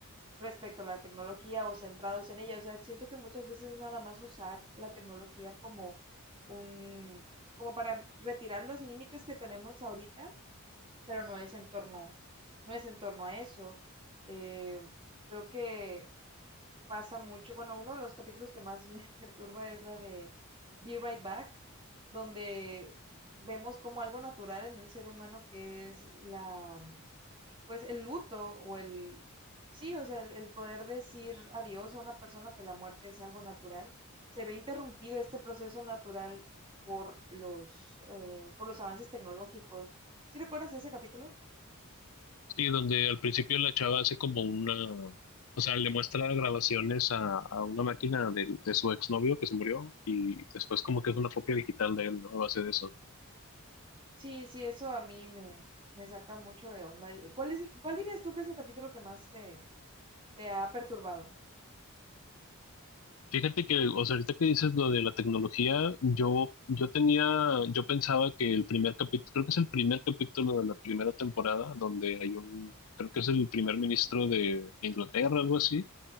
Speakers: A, on the right; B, on the left.
A: respecto a la tecnología o centrados en ella. O sea, siento que muchas veces nada más usar la tecnología como un, como para retirar los límites que tenemos ahorita pero no es en torno, no es en torno a eso. Eh, creo que pasa mucho, bueno, uno de los capítulos que más me <laughs> perturba es la de Be Right Back, donde vemos como algo natural en el ser humano que es la, pues el luto o el, sí, o sea, el, el poder decir adiós a una persona que la muerte es algo natural, se ve interrumpido este proceso natural por los, eh, por los avances tecnológicos. ¿Sí recuerdas ese capítulo?
B: Sí, donde al principio la chava hace como una, o sea, le muestra grabaciones a, a una máquina de, de su exnovio que se murió y después como que es una copia digital de él, ¿no? A base de eso.
A: Sí, sí, eso a mí me, me saca mucho de onda. ¿Cuál es, el- cuál dirías tú que es el capítulo que más te, te ha perturbado?
B: Fíjate que, o sea, ahorita que dices lo de la tecnología, yo, yo tenía, yo pensaba que el primer capítulo, creo que es el primer capítulo de la primera temporada, donde hay un, creo que es el primer ministro de Inglaterra, algo así